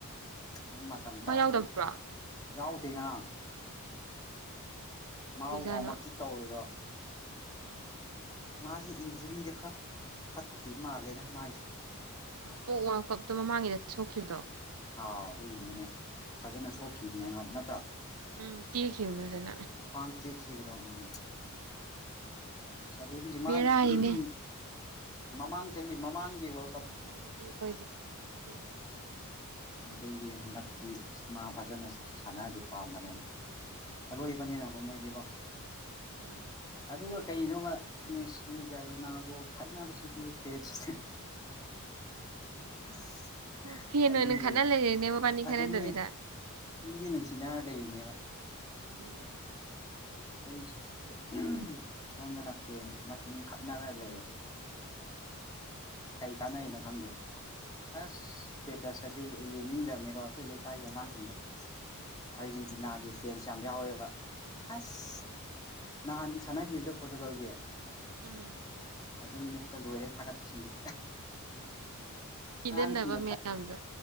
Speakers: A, on the left; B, on the right.
A: <unintelligible> ꯃꯇꯝ ꯇꯥꯈꯤ
B: ꯃꯥ ꯌꯥꯎꯗꯕ꯭ꯔꯣ
A: ꯌꯥꯎꯗꯦ ꯉꯔꯥꯡ
B: ꯀꯩꯒꯤꯖꯥꯠꯅꯣ
A: ꯃꯥ ꯋꯥꯔꯝ ꯑꯞꯇꯤ ꯇꯧꯔꯤꯔꯣ
B: ꯎꯝ
A: ꯃꯥꯁꯦ ꯏꯟꯖꯨꯔꯤꯗ ꯈꯔ ꯐꯠꯇ꯭ꯔꯤ ꯃꯥꯜꯂꯦꯗ ꯃꯥꯒꯤꯁꯦ
B: ꯅꯍꯥꯟꯃꯨꯛ ꯋꯥꯔꯜ ꯀꯞꯇꯣ ꯃꯃꯥꯡꯒꯤꯗ ꯁꯣꯛꯈꯤꯕꯗꯣ
A: ꯑꯥꯎ ꯑꯗꯨꯒꯤꯅꯦꯅꯦ ꯐꯖꯅ ꯁꯣꯛꯈꯤꯕꯅꯦ ꯅꯣꯏ ꯅꯠꯇ꯭ꯔꯣ
B: ꯎꯝ ꯇꯦꯈꯤꯕꯅꯦ ꯐꯖꯅ
A: ꯈꯥ꯭ꯋꯡ ꯇꯦꯈꯤꯕꯗꯣ ꯎꯝ
B: <inaudible>
A: ꯁꯔꯨꯗꯤ ꯃꯥꯟ
B: ꯕꯦꯔꯥꯅꯤꯅꯦ
A: <unintelligible> ꯃꯃꯥꯡ ꯆꯍꯤ ꯃꯃꯥꯡꯒꯤ ꯋ
B: ꯈꯋ꯭ꯥꯡ ꯁꯔꯨ ꯇꯦꯛꯄꯑꯩꯖꯦ <unintelligible> ꯅꯠꯇꯦꯕ
A: ꯑꯗꯨꯒꯤ ꯍꯟꯗꯛꯇꯤ ꯃꯥ ꯐꯖꯅ ꯁ ꯁꯥꯟꯅꯔꯗꯤ ꯄꯥꯝꯕꯅꯦꯃ ꯑꯂꯣꯏꯕꯅꯦꯅ
B: ꯎꯝ
A: ꯃꯣꯏꯗꯤꯒꯣ
B: ꯃꯥꯅꯦ
A: ꯑꯗꯨꯒ ꯀꯩꯅꯣꯕ ꯃꯦꯁꯤꯒ ꯔꯣꯅꯥꯜꯗꯣꯒ ꯈꯠꯅꯕꯁꯤꯗꯤ ꯐꯦꯟꯁ <unintelligible> <unintelligible>
B: ꯃꯣꯏ ꯐꯦꯟ
A: ꯑꯩꯗꯤꯅꯦ
B: ꯑꯣꯏꯅ ꯈꯠꯅ ꯂꯩꯔꯦꯅꯦ ꯃꯕꯥꯅꯤ
A: ꯑꯗꯨꯅꯦ
B: ꯈꯠꯅꯗꯕꯤꯗ
A: ꯃꯤꯗꯤ ꯅꯨꯡꯁꯤꯅ ꯂꯩꯔꯤꯅꯦꯕ
B: ꯎꯝ
A: ꯑꯩꯁ <unintelligible> ꯁꯣꯝꯗꯅ ꯐꯦꯟꯁ ꯃꯁꯤꯟ ꯈꯠꯅꯔ ꯂꯩꯌꯦ ꯀꯩ ꯀꯥꯟꯅꯩꯅꯣ ꯈꯪꯗꯦ ꯑꯁ
B: ꯎꯝ
A: ꯇꯦꯇꯁ ꯀꯁꯦ ꯌꯦꯡꯅꯤꯡꯗ꯭ꯔꯝꯅꯦꯀꯣ ꯑꯩꯈꯣꯏ ꯂꯩꯀꯥꯏꯒꯤ ꯑꯉꯥꯡꯁꯤꯡꯗ ꯑꯥꯔꯖꯦꯟꯇꯤꯅꯥꯒꯤ ꯐꯦꯟꯁ ꯌꯥꯝ ꯌꯥꯎꯋꯦꯕ ꯑꯁ
B: ꯎꯝ
A: ꯅꯍꯥꯟ ꯁꯥꯟꯅꯈꯤꯕꯗꯣ ꯄꯣꯔꯇꯨꯒꯜꯒꯤ
B: ꯎꯝ
A: ꯑꯗꯨ ꯅꯨꯃꯤꯠꯇ ꯂꯣꯏꯔꯦ ꯊꯒꯠꯄꯁꯤꯡꯅ
B: ꯁꯤꯗꯅꯕ
A: ꯑꯉꯥꯡꯁꯤꯡꯒ
B: ꯃꯌꯥꯝꯗꯣ
A: ꯈꯠ